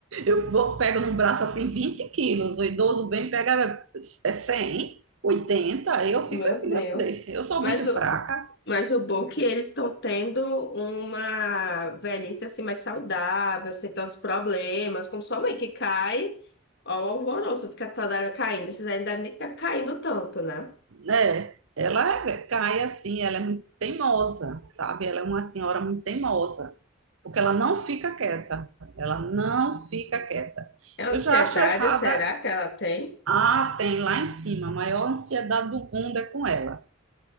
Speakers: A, on the right; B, on the left.
A: eu vou, pego no braço assim 20 quilos, o idoso vem e pega é 100, 80, aí eu
B: meu
A: fico assim,
B: Deus.
A: meu Deus, eu sou
B: Mas
A: muito
B: o,
A: fraca,
B: mas o bom é que eles estão tendo uma velhice assim mais saudável, sem tantos problemas, como sua mãe que cai, ó, o alvoroço, fica toda hora caindo. Esses aí não devem nem estar caindo tanto, né?
A: né? Ela é- cai assim, ela é muito teimosa, sabe? Ela é uma senhora muito teimosa, porque ela não fica quieta, ela não fica quieta.
B: É ansiedade,
A: Eu já acho errada.
B: será que ela tem?
A: Ah, tem lá em cima, a maior ansiedade do mundo é com ela.